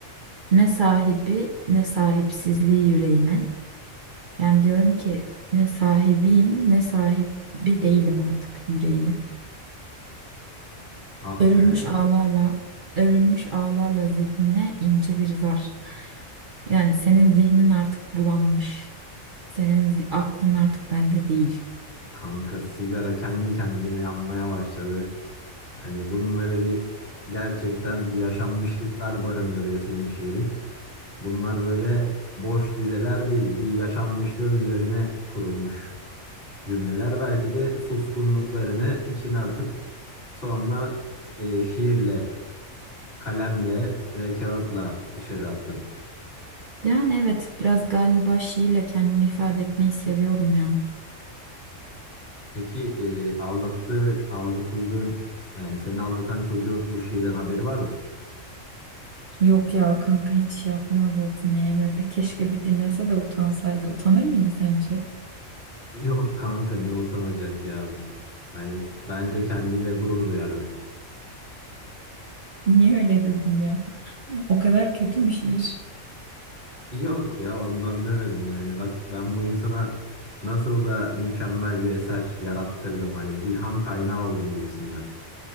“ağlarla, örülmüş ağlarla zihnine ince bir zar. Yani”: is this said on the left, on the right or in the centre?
Right